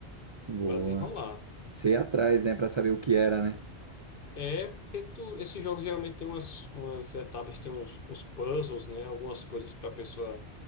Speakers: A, on the right (about 50°); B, on the left (about 55°).
A: boa.
B: para desenrolar.
A: Você ia atrás, né, Pra saber o que era, né?
B: É, porque tu, esses jogos geralmente tem umas, umas etapas, tem uns, uns puzzles, né? Algumas coisas para a pessoa